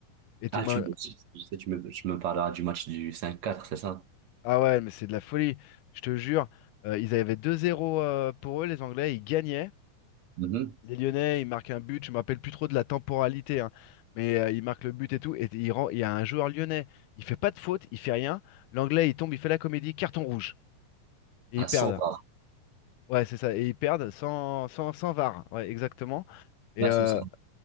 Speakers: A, on the left (about 80°); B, on the right (about 60°).
A: Et tu,
B: Ah,
A: ben,
B: tu, je sais, tu me, tu me parleras du match du 5-4, c'est ça?
A: ah ouais, mais c'est de la folie, je te jure. Euh, ils avaient deux 0 euh, pour eux, les Anglais, ils gagnaient.
B: Mhm.
A: Les Lyonnais, ils marquent un but, je me rappelle plus trop de la temporalité, hein, mais euh, ils marquent le but et tout, et il rend- il y a un joueur lyonnais, il fait pas de faute, il fait rien, l'anglais il tombe, il fait la comédie, carton rouge, et
B: À
A: ils perdent.
B: 100 bars.
A: Ouais, c'est ça, et ils perdent sans, sans, sans VAR, ouais, exactement. Et,
B: Là,
A: euh,
B: c'est ça.